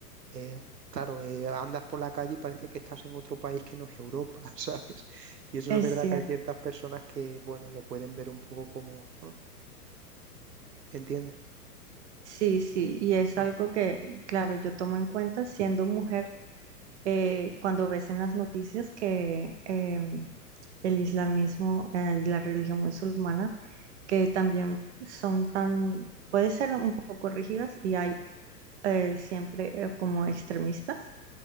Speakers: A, on the right; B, on the right.
A: eh, claro, eh, andas por la calle y parece que estás en otro país que no es Europa, <laughs> ¿sabes? Y eso
B: es
A: es verdad
B: cierto.
A: que hay ciertas personas que, bueno, lo pueden ver un poco como, ¿eh? ¿entiendes?
B: Sí, sí, y es
A: Mm.
B: algo que, claro, yo tomo en cuenta siendo mujer eh, cuando ves en las noticias que em, el islamismo eh, y la religión musulmana, que también son tan, puede ser un poco rígidas y hay eh, siempre eh, como extremistas